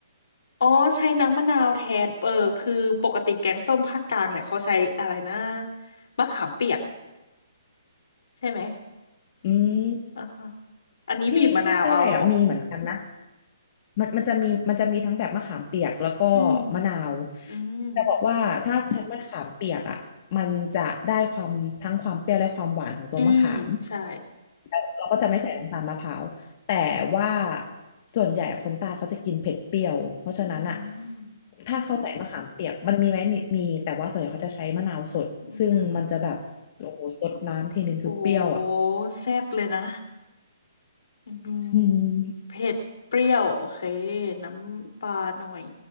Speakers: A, on the left; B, on the left.
A: อ๋อใช้น้ำมะนาวแทน เออคือปกติแกงส้มภาคกลางเนี่ยเขาใช้อะไรนะมะขามเปียกใช่ไหม
B: อืม
A: อ่าฮะอันนี้บีบมะนาวเอาเหรอ
B: ที่ที่ใต้อะมีเหมือนกันนะมันมันจะมีมันจะมีทั้งแบบมะขามเปียกแล้วก็มะนาว
A: อืม อืม
B: จะบอกว่าถ้าใช้มะขามเปียกอ่ะมันจะได้ความทั้งความเปรี้ยวและความหวานของตัวมะขาม
A: อืมใช่
B: แล้วเราก็จะไม่ใส่น้ำตาลมะพร้าวแต่ว่าส่วนใหญ่คนใต้เขาจะกินเผ็ดเปรี้ยวเพราะฉะนั้นอ่ะ
A: อืม
B: ถ้าเขาใส่มะขามเปียกมันมีไหมมีมีแต่ว่าส่วนใหญ่เขาจะใช้มะนาวสดซึ่งมันจะแบบโอ้โหสดน้ำทีนึงคือเปรี้ยวอ่ะ
A: มะนาว โอ้แซ่บเลยนะ อืม
B: อืม
A: เผ็ดเปรี้ยวโอเคน้ำปลาหน่อย